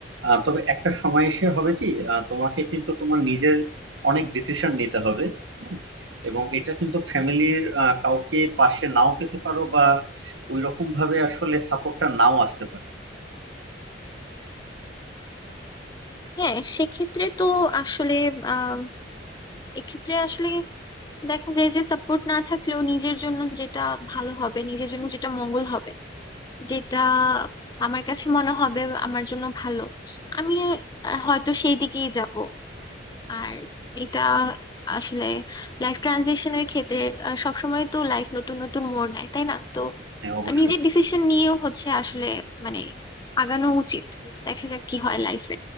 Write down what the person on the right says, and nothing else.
আহ, তবে একটা সময় এসে হবে কি আহ, তোমাকে কিন্তু তোমার নিজের অনেক ডিসিশন নিতে হবে হুম, এবং এটা কিন্তু ফ্যামিলির কাউকে পাশে নাও পেতে পারো বা ওই রকম ভাবে আসলে সাপোর্টটা নাও আসতে পারে
হ্যাঁ অবশ্যই